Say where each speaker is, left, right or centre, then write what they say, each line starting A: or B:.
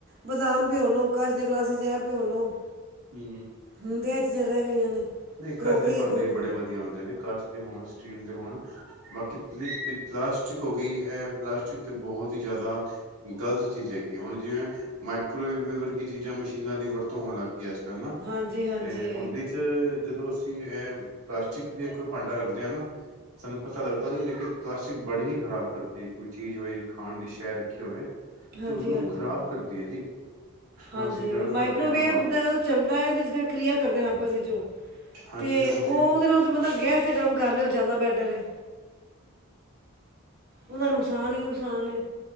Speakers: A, on the right; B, on the right.
A: ਬਦਾਮ ਭਿਓ ਲਓ ਕਚ ਦੇ ਗਲਾਸ ਵਿੱਚ ਇਹ ਭਿਓ ਲਓ।
B: ਹੂੰ।
A: ਹੁਣ ਤੇ ਇਹ ਚੀਜਾਂ ਰਹਿ ਗਈਆਂ ਨੇ।
B: ਨਈ
A: ਕਰੋਕਰੀ
B: ਕੱਚ ਦੇ ਭਾਂਡੇ
A: ਹੈ ਕਰੋਕਰੀ
B: ਵੀ ਬੜੇ ਵਧੀਆ ਹੁੰਦੇ ਨੇ ਕੱਚ ਦੇ ਹੋਣ ਸਟੀਲ ਦੇ ਹੋਣ। ਬਾਕੀ ਪ ਪਲਾਸਟਿਕ ਹੋ ਗਈ ਹੈ, ਇਹ ਪਲਾਸਟਿਕ ਤੇ ਬਹੁਤ ਹੀ ਜ਼ਿਆਦਾ ਗ਼ਲਤ ਚੀਜ਼ਾਂ ਹੈਗੀ ਹੁਣ ਜਿਵੇਂ ਮਾਈਕਰੋਵ ਦੇ ਵਰਗੀ ਚੀਜ਼ਾਂ ਮਸ਼ੀਨਾਂ ਦੀ ਵਰਤੋਂ ਹੋਣ ਲੱਗ ਗਈ ਅੱਜ। ਹੈਨਾ
A: ਹਾਂਜੀ ਹਾਂਜੀ
B: ਹੁਣ ਦੀ ਚ ਜਦੋਂ ਅਸੀਂ ਇਹ ਪਲਾਸਟਿਕ ਦੇ ਕੋਈ ਭਾਂਡਾ ਰੱਖਦੇ ਹਾਂ ਨਾ, ਸਾਨੂੰ ਪਤਾ ਲੱਗਦਾ ਨੀ ਲੇਕਿਨ ਪਲਾਸਟਿਕ ਬੜੀ ਹੀ ਖ਼ਰਾਬ ਕਰਦੀ ਹੈ ਕੋਈ ਚੀਜ਼ ਹੋਵੇ ਖਾਣ ਦੀ ਸ਼ੈ ਰੱਖੀ ਹੋਵੇ।
A: ਹਾਂਜੀ
B: ਤੇ ਓਹਨੂੰ
A: ਹਾਂਜੀ
B: ਖ਼ਰਾਬ ਕਰਦੀ ਹੈ ਜੀ।
A: ਹਾਂਜੀ
B: ਅਸੀਂ ਗਰਮ
A: ਮਾਈਕ੍ਰੋਵੇਵ
B: ਕਰਦੇ ਹਾਂ ਆਪਾਂ
A: ਦੇ, ਚੱਲਦਾ ਇਹਦੇ ਚ ਕਿ੍ਰਿਆ ਕਰਦੇ ਨੇ ਆਪਸ ਵਿੱਚ
B: ਹਾਂਜੀ
A: ਤੇ
B: ਹਾਂਜੀ
A: ਉਹਦੇ ਨਾਲ ਤੇ ਬੰਦਾ ਗੈਸ ਗਰਮ, ਕਰਲੇ ਓ ਜਿਆਦਾ ਬੈਟਰ ਏ, ਉਹਦਾ ਨੁਕਸਾਨ ਹੀ ਨੁਕਸਾਨ ਏ।